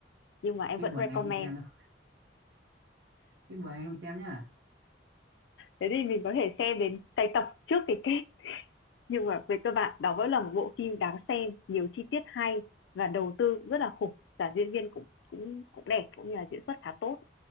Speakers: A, on the left; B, on the right.
A: nhưng mà em
B: Tiếc
A: vẫn
B: buồn
A: recommend.
B: anh không xem đâu biết buồn anh không xem nhá
A: Thế thì mình có thể xem đến cái tập trước cái kết nhưng mà về cơ bản đó vẫn là một bộ phim đáng xem, nhiều chi tiết hay và đầu tư rất là khủng, cả diễn viên cũng cũng cũng đẹp cũng như là diễn xuất khá tốt.